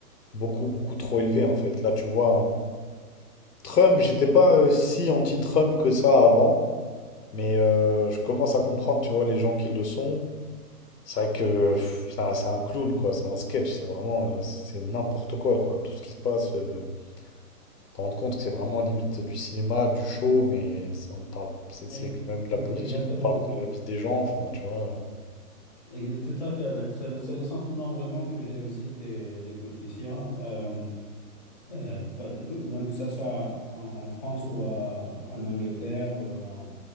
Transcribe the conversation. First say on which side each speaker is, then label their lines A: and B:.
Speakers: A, on the left (about 80°); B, on the left (about 30°).
A: beaucoup, beaucoup trop élevé, en fait. Là, tu vois, un- Trump, j'étais pas euh, si anti-Trump que ça avant, mais euh, je commence à comprendre, tu vois, les gens qui le sont. C'est vrai que pff, c'est un c'est un clown, quoi. C'est un sketch. C'est vraiment, euh, c'est n'importe quoi, quoi. Tout ce qui se passe. euh, te rendre compte que c'est vraiment limite du cinéma, du show, mais ça, on parle, c'est c'est
B: Ex-
A: quand même de la
B: ex-
A: politique,
B: Exactement,
A: on parle de la vie des gens, enfin, tu vois.
B: Ex- tout à fait. ouais. C'est le, c'est le sentiment vraiment que j'ai aussi des, des politiciens, euh, euh, pa- que- donc que ce soit en en France ou à- en Angleterre. euh,